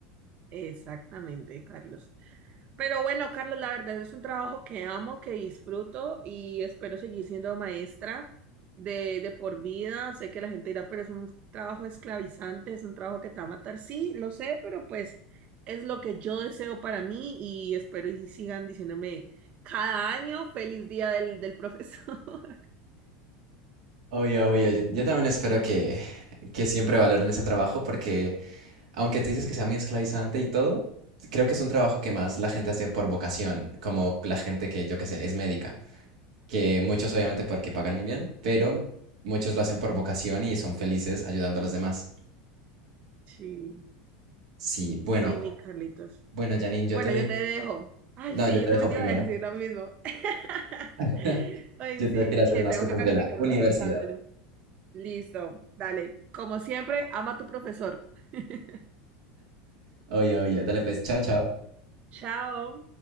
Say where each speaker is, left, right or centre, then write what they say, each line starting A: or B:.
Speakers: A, on the right; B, on the right.
A: Exactamente, Carlos. Pero bueno, Carlos, la verdad es un trabajo que amo, que disfruto y espero seguir siendo maestra de, de por vida. Sé que la gente dirá, pero es un trabajo esclavizante, es un trabajo que te va a matar. Sí, lo sé, pero pues es lo que yo deseo para mí y espero y sigan diciéndome cada año feliz día del, del profesor. <laughs>
B: Obvio, obvio, yo, yo también espero que, que siempre valoren ese trabajo porque Aunque tú dices que sea muy esclavizante y todo, creo que es un trabajo que más la gente hace por vocación, como la gente que yo que sé, es médica, que muchos obviamente porque pagan muy bien, pero muchos lo hacen por vocación y son felices ayudando a los demás.
A: Sí,
B: Sí, bueno,
A: sí, mi Carlitos.
B: bueno, Janine, yo
A: Bueno,
B: te dejo.
A: yo te dejo. Ay,
B: No,
A: sí,
B: yo te
A: yo
B: dejo
A: también
B: primero.
A: te iba a decir lo mismo. <laughs>
B: <laughs>
A: Ay,
B: Yo
A: sí,
B: tengo que ir a hacer
A: que
B: unas
A: tengo
B: cosas
A: que calificar
B: de la universidad.
A: unos exámenes. Listo, dale. Como siempre, ama a tu profesor. <laughs>
B: Oye, oye, dale pues, chao, chao.
A: Chao.